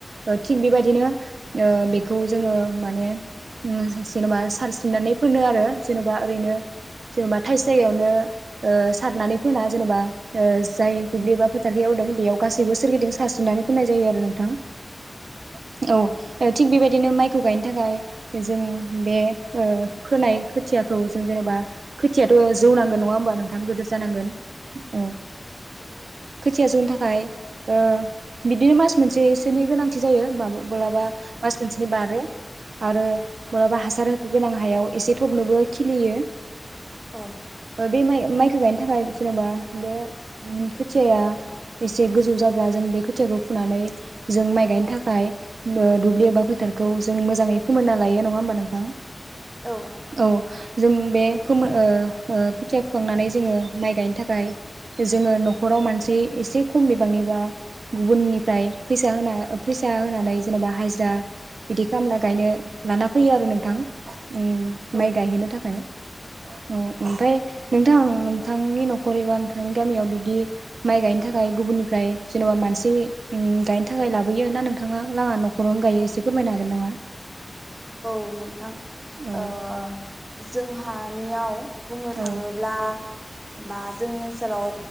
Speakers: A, on the right (about 85°); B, on the right (about 15°).
A: ओ थिग बेबायदिनो ओ बेखौ जोङो माने ओम सारस्रि जेनेबा सारस्रिनानै फोनो आरो जेनबा ओरैनो जेनेबा थाइस जायगायावनो ओ सारनानै फोना जेनेबा ओ जाय दुब्लि एबा फोथारखै एवदों बेयाव गासैबो सोरगिदिं सारस्रोनानै फोननाय जायो आरो नोंथां। औ थिग बेबायदिनो माइखौ गायनो थाखाय जों बे ओ फोनाय खोथियाखौ जों जेनेबा खोथियाथ जौनांगोन नङा होमबा नोंथां गोदोर जानांगोन। औ ओ खोथिया जौनो थाखाय ओ बिदिनो मास मोनसेसोनि गोनांथि जायो माब्लाबा मास मोनसेनि बारो आरो माल्बाबा हासार होख गोनां हायाव एसे थबनोबो खिलियो
B: औ
A: औ बे मायाव माय जौनायनि थाखाय जेनबा बे खोथियाया एसे गोजौ जाब्ला जों बे खोथियाखौ फुनानै जों माइ गायनो थाखाय नो दुब्लि एबा फोथारखौ जों मोजाङै फोमोनना लायो नङा होमबा नोंथां
B: औ नोंथां
A: औ जों बे फोमो ओ ओ खोथिया फुखांनानै जोङो माइ गायनो थाखाय जोङो नखराव मानसि एसे खम बिबांनिबा गुबुननिफ्राय फैसा होना फैसा होनानै जेनेबा हाजिरा बिदि खामला गायनो लाना फैयो आरो नोंथां उम
B: औ
A: माइ गायहोनो थाखाय। औ ओमफ्राय नोंथां नोंथांनि नखर एबा नोंथांनि गामियाव बिदि माइ गायनो थाखाय गुबुननिफ्राय जेनबा मानसि उम गायनो थाखाय लाबोयो ना नोंथाङा नाङा नखरावनो गायो एसे फोरमायनो हागोन नामा?
B: औ नोंथां
A: औ
B: ओ जोंहा नियाव बुंनो
A: औ
B: थाङोब्ला बा जोंनि ओनसोलाव